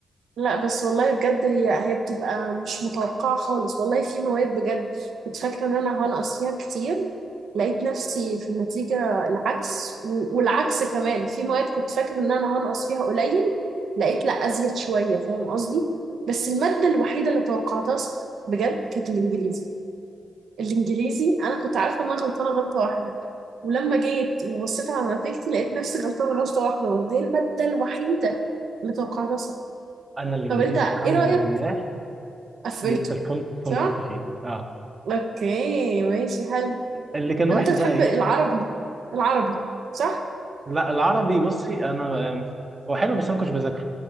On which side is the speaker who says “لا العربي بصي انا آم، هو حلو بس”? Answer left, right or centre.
Right